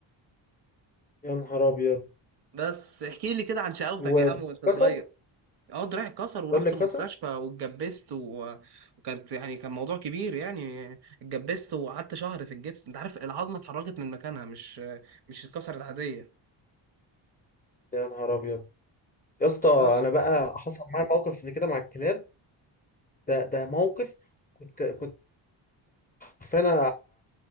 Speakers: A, on the left; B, on the right.
A: يا نهار ابيض
B: بس احكي لي كده عن شقاوتك
A: وده
B: يا عم وانت صغير
A: كسر
B: اه دراعي اتكسر ورحت
A: ده اللي كسر
B: المستشفى واتجبست و... وكانت يعني كان موضوع كبير يعني اتجبست وقعدت شهر في الجبس انت عارف العظمه اتحركت من مكانها مش مش اتكسرت عاديه
A: يا نهار ابيض يا اسطى
B: بس
A: انا بقى حصل معايا موقف اللي كده مع الكلاب ده ده موقف كنت كنت حرفيا أنا